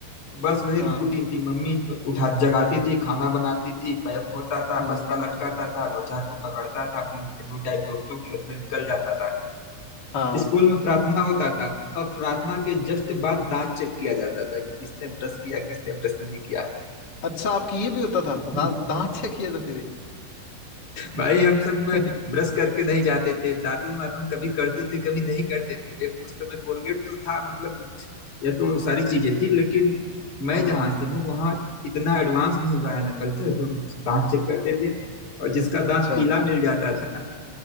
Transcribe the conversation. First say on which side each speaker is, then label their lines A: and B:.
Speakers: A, on the left; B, on the left.
A: बस वही
B: हाँ
A: रूटीन थी मम्मी उठा जगाती थी खाना बनाती थी पैक होता था
B: हम्म
A: बस्ता लटकाता था दो चार को पकड़ता था अपने लुफंडू टाइप दोस्तों के हथले निकल जाता था
B: हाँ
A: स्कूल में प्रार्थना होता था और प्रार्थना के जस्ट बाद दांत चेक किया जाता था कि किसने ब्रश किया किसने ब्रश नहीं किया
B: अच्छा आपकी ये भी होता था दांत
A: है
B: दांत चेक किए जाते थे
A: भाई हम सब
B: <laughs>
A: ब्रश करके नहीं जाते थे दातुन वातुन कभी करते थे कभी नहीं करते थे उस समय कोलगेट तो था मतलब ये तो सारी चीजें थी लेकिन
B: हाँ
A: मैं जहाँ से हूँ वहाँ इतना एडवांस नहीं हुआ है ना कल्चर तो दांत चेक करते थे और जिसका
B: अच्छा
A: दांत पीला मिल जाता था